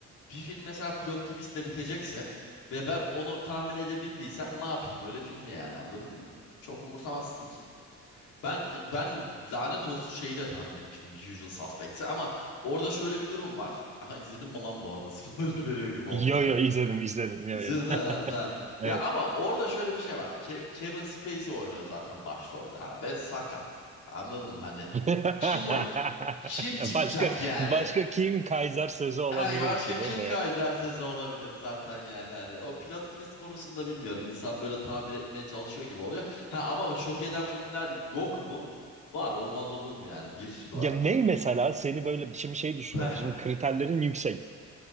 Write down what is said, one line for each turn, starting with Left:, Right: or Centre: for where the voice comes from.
Left: bir film mesela plot twistle bitecekse ve ben onu tahmin edebildiysem ne yapayım öyle filmi yani anladın mı? Çok umursamazsın ki. Ben ben lanet olsun şeyi de tahmin etmiştim Usual Suspects'i ama orada şöyle bir durum var. Aha izledim mi lan bu arada <laughs> spoiler veriyor gibi oldum
Right: Yo
Left: bir
Right: yo izledim izledim yo
Left: İzledin
Right: yo.
Left: mi?
Right: <laughs>
Left: ha tamam.
Right: Evet.
Left: Ya ama orada şöyle bir şey var. Ke- Kevin Spacey oynuyor zaten başrolde ha, ve sakat. Anladın mı? Hani
Right: <laughs>
Left: kim o kim çıkacak
Right: Başka
Left: yani?
Right: başka kim Kaiser sözü olabilir
Left: Ha başka
Right: ki
Left: kim
Right: değil mi?
Left: Kaiser'siz olabilir zaten yani hani. O plot twist konusunda bilmiyorum. İnsan böyle tahmin etmeye çalışıyor gibi oluyor. Ha ama şok eden filmler yok mu? Var, olmaz olur mu yani? Bir sürü
Right: Ya
Left: var.
Right: ne mesela seni böyle şimdi şey düşünüyorum.
Left: Peh,
Right: Şimdi kriterlerin yüksek.